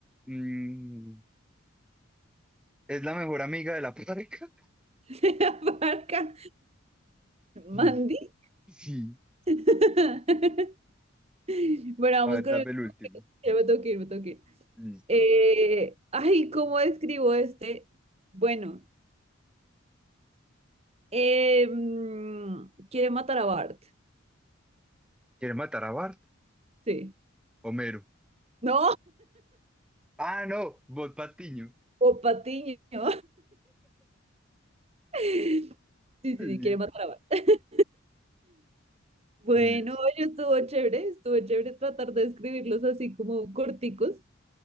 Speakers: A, in the centre; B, on the right.
A: mm, es la mejor amiga de la pareja
B: <laughs> se abarca
A: <laughs>
B: Mandy.
A: Sí, sí.
B: <laughs> Bueno, vamos
A: A ver,
B: con
A: dame
B: el...
A: el último.
B: Ya me tengo que ir, me tengo que ir.
A: Listo.
B: Eh, ay, ¿cómo describo este? Bueno, eh, mm, quiere matar a Bart.
A: ¿Quiere matar a Bart?
B: Sí.
A: Homero.
B: No.
A: Ah, no, Bot Patiño.
B: O Patiño. <laughs> Sí, sí,
A: Sí,
B: sí, quiere matar a Bart. <laughs> Bueno,
A: Liz,
B: oye, estuvo chévere, estuvo chévere tratar de escribirlos así como corticos.